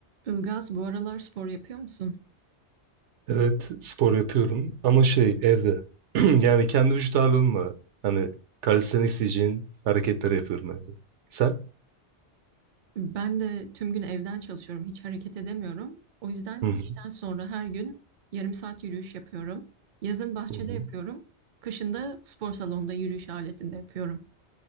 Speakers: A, on the right; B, on the right.
A: Ilgaz, bu aralar spor yapıyor musun?
B: Evet, spor yapıyorum ama şey evde. <clears throat> Yani kendi vücut ağırlığımla hani calisthenics diyeceğin hareketleri yapıyorum evde. Sen?
A: Ben de tüm gün evden çalışıyorum, hiç hareket edemiyorum. O yüzden
B: Hı hı.
A: işten sonra her gün yarım saat yürüyüş yapıyorum. Yazın bahçede
B: Hı hı.
A: yapıyorum. Kışın da spor salonunda yürüyüş aletinde yapıyorum.